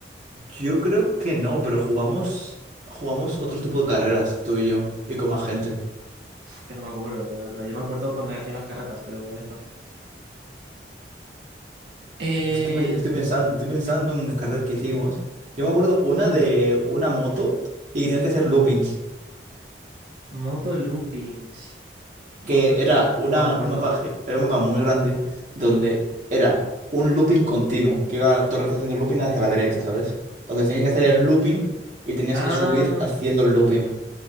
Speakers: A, on the right; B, on the right.
A: Yo creo que no, pero jugamos, jugamos otro tipo de carreras, tú y yo, y con más gente.
B: Que no me acuerdo, la verdad. Yo me acuerdo cuando hacía las carreras, pero esto. Eh,
A: Estoy, pe- estoy pensando, estoy pensando en las carreras que hicimos. Yo me acuerdo una
B: hmm.
A: de una moto y que tienes que hacer loopings.
B: Moto loopings. Moto
A: que
B: loop-
A: era, una,
B: No me acuerdo.
A: un mapa, ge- era un mapa muy grande donde era un looping continuo, que iba todo el rato haciendo looping hacia la derecha, ¿sabes? Entonces tenías que hacer el looping y tenías
B: Ah,
A: que subir haciendo el looping.